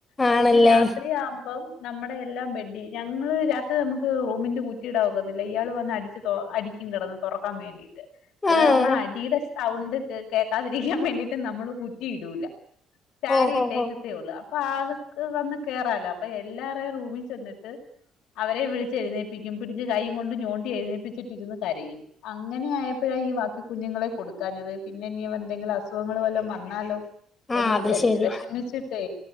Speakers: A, on the left (about 75°); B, on the left (about 20°).
A: അ
B: ആണല്ലേ
A: പിന്നെ രാത്രി ആവുമ്പം നമ്മുടെ എല്ലാം ബെഡി ഞങ്ങള് രാത്രി നമുക്ക് റൂമിന്റെ കുറ്റിയിടവൊക്കത്തില്ല ഇയാള് വന്ന് അടിച്ച് തൊ അടിക്കും കെടന്ന് തൊറക്കാൻ വേണ്ടീട്ട് അത്
B: ആഹ്
A: കാരണം അടിടേ സൗണ്ട് കേക്കാതിരിക്കാൻ വേണ്ടിയിട്ട് നമ്മള് കു തീ ഇടൂല. സാരീട്ടേക്കത്തെ
B: ഓ ഹോ ഹോ
A: ഉള്ളൂ. അപ്പൊ ആൾക്ക് വന്ന് കയറാലോ അപ്പൊ എല്ലാവാരെയും റൂമിൽ ചെന്നിട്ട് അവരെ വിളിച്ച് എഴുന്നേപ്പിക്കും പിടിച്ച് കയ്യും കൊണ്ട് ഞോണ്ടി എഴുന്നേപ്പിച്ചിട്ടിന്ന് ഇരുന്നു കരയും. അങ്ങനെ ആയപ്പോഴാ ഈ വാക്ക കുഞ്ഞുങ്ങളെ കൊടുക്കാഞ്ഞത് പിന്നെ ഇനി എന്തെങ്കില അസുഖങ്ങൾ വല്ല ന്നാലോ
B: ആ
A: എന്ന്
B: അത്
A: വിചാരിച്ചു
B: ശരി
A: വിഷമിച്ചിട്ടേ